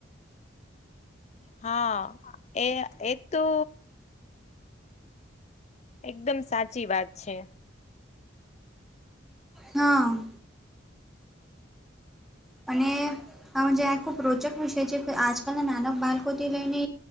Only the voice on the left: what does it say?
હા એ એક તો એકદમ સાચી વાત છે.